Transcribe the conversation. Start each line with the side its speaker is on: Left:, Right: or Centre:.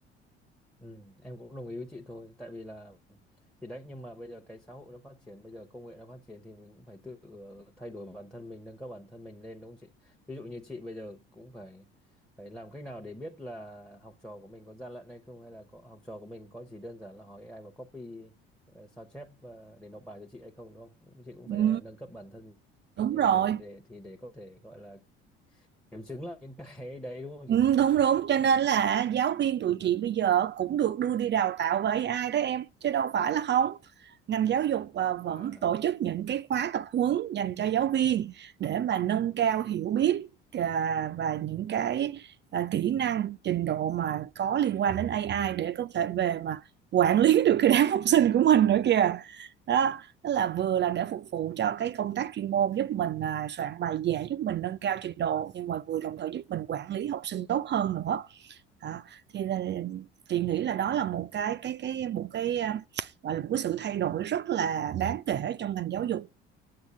Centre: Ừ, em cũng đồng ý với chị thôi tại vì là thì đấy nhưng mà bây giờ cái xã hội nó phát triển bây giờ công nghệ nó phát triển thì mình cũng phải tự ờ, thay đổi bản thân mình nâng cấp bản thân mình lên đúng không chị ví dụ như chị bây giờ cũng phải phải làm cách nào để biết là học trò của mình có gian lận hay không hay là có, học trò của mình có chỉ đơn giản là hỏi AI và copy ờ, sao chép ờ, để nộp bài cho chị hay không đúng không chị cũng phải
Right: ừ,
Centre: là nâng cấp bản thân
Right: đúng
Centre: mình lên
Right: rồi
Centre: để để thì để có thể gọi là kiểm chứng lại những <laughs> cái đấy đúng không chị
Right: Ừ, đúng đúng cho nên là giáo viên tụi chị bây giờ cũng được đưa đi đào tạo với AI đó em chứ đâu phải là không ngành giáo dục à,
Centre: à
Right: vẫn tổ chức những cái khóa tập huấn dành cho giáo viên để mà nâng cao hiểu biết à, và những cái à, kỹ năng trình độ mà có liên quan đến AI để có thể về mà quản lý được cái đám học sinh của mình nữa kìa đó tức là vừa là để phục vụ cho cái công tác chuyên môn giúp mình à, soạn bài dễ giúp mình nâng cao trình độ nhưng mà vừa đồng thời giúp mình quản lý học sinh tốt hơn nữa đó. thì à, chị nghĩ là đó là một cái cái cái một cái à, gọi là một cái sự thay đổi rất là đáng kể trong ngành giáo dục